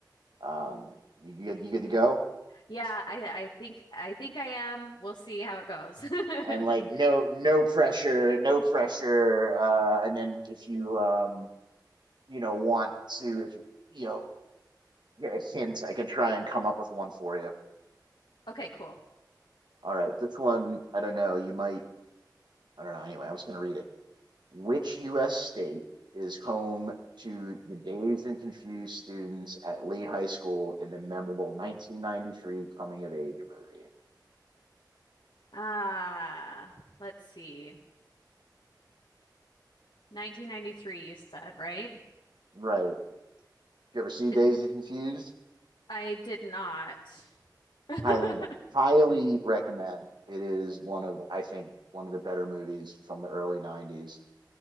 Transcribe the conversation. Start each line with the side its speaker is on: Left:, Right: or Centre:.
Right: um, you you good? You good to go?
Left: Yeah, I I think I think I am. We'll see how it goes.
Right: And like no,
Left: <laughs>
Right: no pressure, no pressure. Uh, and then if you um, you know, want to, if you, you know, get a hint, I can try and come up with one for you.
Left: Okay, cool.
Right: All right, this one, I don't know. You might, I don't know. Anyway, I was going to read it. Which U.S. state is home to the Dazed and Confused students at Lee High School in the memorable 1993 coming of age movie?
Left: Uh, let's see. 1993 you said, right?
Right: Right. you ever see Dazed
Left: Is-
Right: and Confused,
Left: I did not. <laughs>
Right: highly, highly recommend. It is one of, I think, one of the better movies from the early 90s.